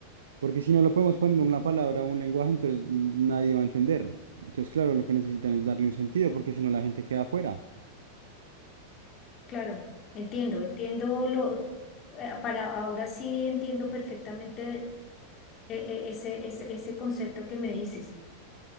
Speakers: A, on the right; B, on the left.
A: porque si no lo podemos poner en una palabra o un lenguaje, entonces nadie va a entender. Entonces, claro, lo que necesitan es darle un sentido, porque si no la gente queda afuera.
B: Claro, entiendo, entiendo lo, eh, para ahora sí entiendo perfectamente eh, eh, ese, ese, ese concepto que me dices.